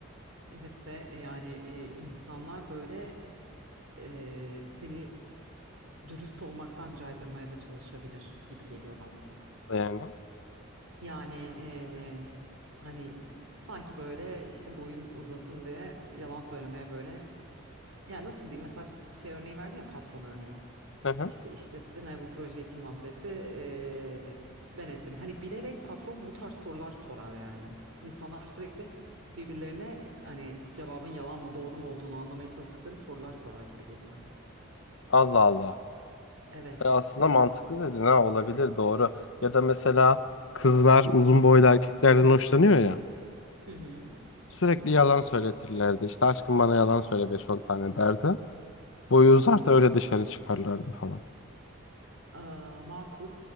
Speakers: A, on the right; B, on the left.
A: Evet ve e, yani e, insanlar böyle e, seni dürüst olmaktan caydırmaya da çalışabilir gibi geliyor bana.
B: yani.
A: Yani e, hani sanki böyle işte boyun uzasın diye yalan söylemeye böyle Ya nasıl diyeyim mesela ş- şey örneği verdin ya patron örneği.
B: Hı hı.
A: İşte işletsin hani bu projeyi kim mahvetti Ee, ben ettim. Hani bilerek patron bu tarz sorular sorar yani. İnsanlar sürekli birbirlerine hani cevabın yalan mı doğru mu olduğunu anlamaya çalıştıkları sorular sorar gibi geliyor.
B: Allah Allah.
A: Evet.
B: E, aslında mantıklı dedin ha olabilir doğru. Ya da mesela kızlar uzun boylu erkeklerden hoşlanıyor ya.
A: Hı hı.
B: Sürekli yalan söyletirlerdi. İşte aşkım bana yalan söyle 5-10 tane derdi. Boyu
A: Hı hı.
B: uzar da öyle dışarı çıkarlardı falan.
A: Ee, makul.